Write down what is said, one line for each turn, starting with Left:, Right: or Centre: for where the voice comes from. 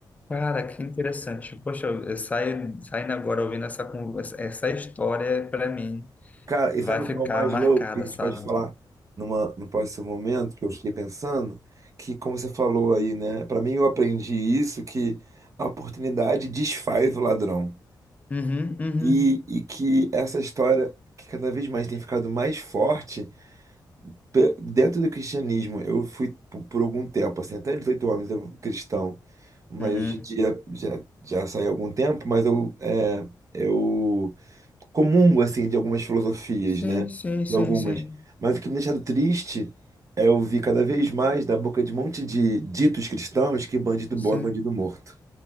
Left: Cara, que interessante. Poxa, eu- sai- saindo agora ouvindo essa conversa, essa história para mim
Right: Cara, e
Left: vai
Right: sabe
Left: ficar
Right: o que é o mais
Left: marcada,
Right: louco? Que a gente
Left: sabe?
Right: pode falar numa, num próximo momento, que eu fiquei pensando, que como você falou aí, né? Pra mim, eu aprendi isso, que a oportunidade desfaz o ladrão.
Left: Uhum, uhum,
Right: E, e que essa história que cada vez mais tem ficado mais forte pe- dentro do cristianismo, eu fui po- por algum tempo, assim, até 18 anos eu cristão, mas
Left: uhum.
Right: hoje em dia já, já saí há algum tempo, mas eu, é, eu comungo, assim, de algumas filosofias,
Left: Sim,
Right: né?
Left: sim, sim,
Right: De algumas.
Left: sim,
Right: Mas o que me deixado triste é eu ouvir cada vez mais da boca de um monte de ditos cristãos que bandido
Left: sim.
Right: bom é bandido morto.